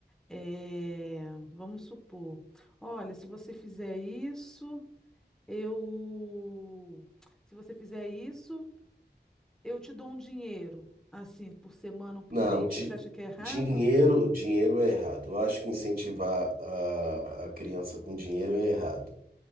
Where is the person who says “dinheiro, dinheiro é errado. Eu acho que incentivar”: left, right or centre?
Right